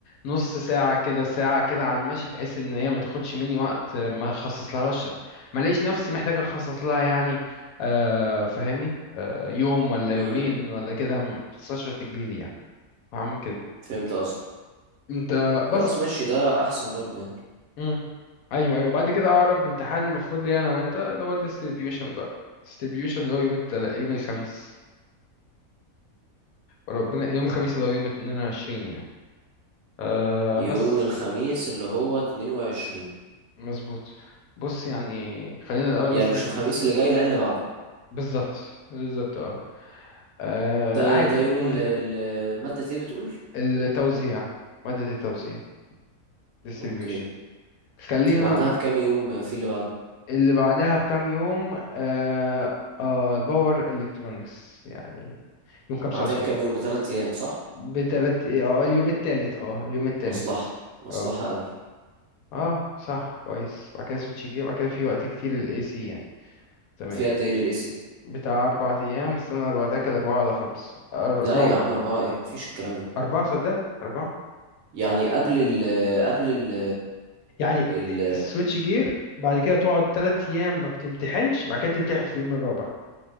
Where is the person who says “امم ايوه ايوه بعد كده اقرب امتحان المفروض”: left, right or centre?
Left